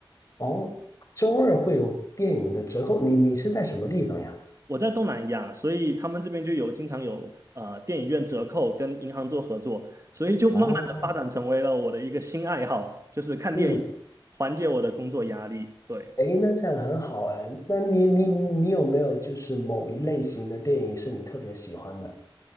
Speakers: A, on the left; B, on the right.
A: 哦，周二会有电影的折扣，你你是在什么地方呀？
B: 我在东南亚，所以他们这边就有经常有呃电影院折扣跟银行做合作，所以就慢慢的发展成为了我的一个新爱好，
A: 哦，
B: 就是看电影，
A: 嗯，
B: 缓解我的工作压力。对。
A: 诶，那这样很好哎。那你你你有没有就是某一类型的电影是你特别喜欢的？